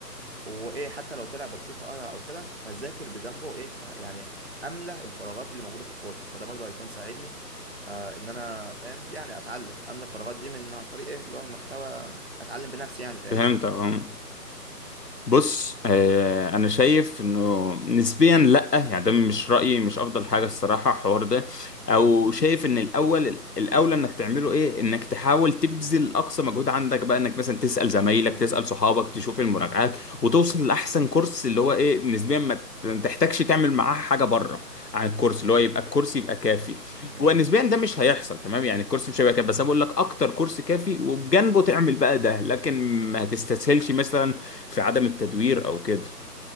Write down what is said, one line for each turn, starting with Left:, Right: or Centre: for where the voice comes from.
Right: وايه حتى لو طلع بطيخه قرع او كده فذاكر بجنبه ايه يعني املى الفراغات اللي موجوده في الكورس فده برضه هيكون ساعدني آه ان انا فاهم يعني اتعلم املى الفراغات دي من عن طريق ايه اللي هو المحتوى اتعلم بنفسي يعني فاهمني
Left: فهمت اه بص آه انا شايف انه نسبيا لا يعني ده مش رايي مش افضل حاجه الصراحه الحوار ده او شايف ان الاول الاولى انك تعمله ايه انك تحاول تبذل اقصى مجهود عندك بقى انك مثلا تسال زمايلك
Right: م-
Left: تسال
Right: م-
Left: صحابك تشوف المراجعات وتوصل لاحسن كورس اللي هو ايه نسبيا ما تحتاجش تعمل معاه حاجه بره عن الكورس اللي هو يبقى الكورس يبقى كافي
Right: م-
Left: ونسبيا
Right: م.
Left: ده مش هيحصل تمام يعني الكورس مش هيبقى كافي بس انا بقول لك اكتر كورس كافي وبجنبه تعمل بقى ده لكن ما تستسهلش مثلا في عدم التدوير او كده